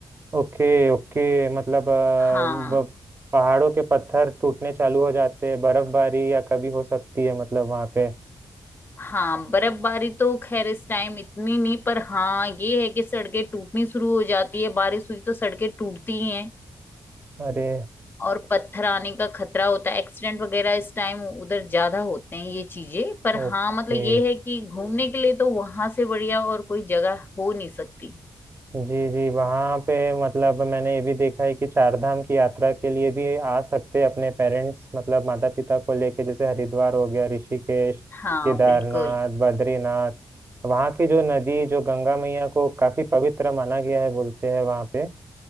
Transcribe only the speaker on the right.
ओके ओके मतलब अ,
ब- पहाड़ों के पत्थर टूटने चालू हो जाते हैं बर्फबारी या कभी हो सकती है मतलब वहाँ पे
अरे
ओके
जी जी वहाँ पे मतलब मैंने ये भी देखा है कि चार धाम की यात्रा के लिए भी आ सकते हैं अपने पेरेंट्स मतलब माता पिता को लेके जैसे हरिद्वार हो गया ऋषिकेश
केदारनाथ
बद्रीनाथ वहाँ की जो नदी जो गंगा मैया को काफी पवित्र माना गया है बोलते हैं वहाँ पे